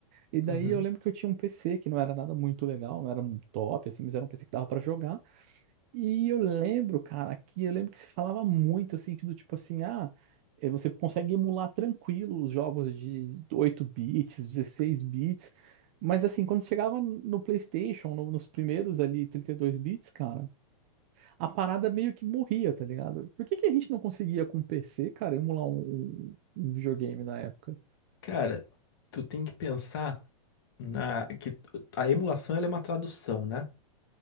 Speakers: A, on the right; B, on the left.
A: E daí
B: Uhum.
A: eu lembro que eu tinha um PC que não era nada muito legal, não era um top, assim, mas era um PC que dava pra jogar. E eu lembro, cara, que eu lembro que se falava muito, assim, que do tipo assim, ah, eh, você consegue emular tranquilo os jogos de 8 bits, 16 bits. Mas assim, quando chegava no PlayStation, no- nos primeiros ali 32 bits, cara, a parada meio que morria, tá ligado? Por que que a gente não conseguia com o PC, cara, emular um, um um videogame na época?
B: Cara, tu tem que pensar. na que t- a emulação ela é uma tradução, né?